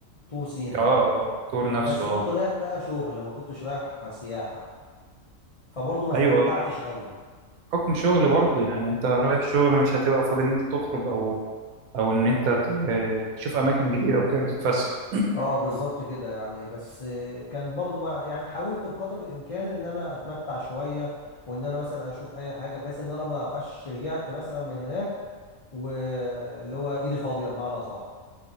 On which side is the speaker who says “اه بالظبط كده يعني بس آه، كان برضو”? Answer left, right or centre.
Left